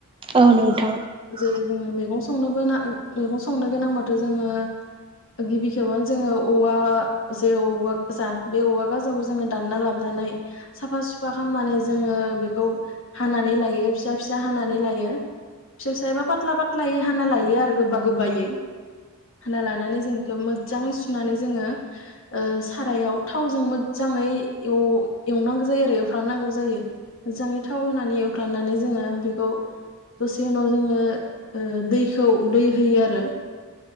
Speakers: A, on the right; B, on the left.
A: औ नोंथां ।
B: जै जोङो मैगं संनोबोना ओं मैगं संनो गोनांबाथ' जोङो गिबि खेबनो जोङो औवा जे औवा गाजा बे औवा गाजाखौ जोङो दानना लाबोनानै साफास साफा खामनानै जोङो बेखौ हानानै लायो फिसा फिसा हानानै लायो फिसा सा एबा पाथला पाथलायै हाना लायो आरो गोबा गोबायै हाना लानानै जों बेखौ मोजाङै सुनानै जोङो ओ सारायाव थावजों मोजाङै एव-एवनांगौ जायो आरो फ्रानांगौ जायो मोजाङै थाव होनानै एवफ्रानानै जोङो बेखौ दसे उनाव जोङो ओ दैखौ दै होयो आरो ।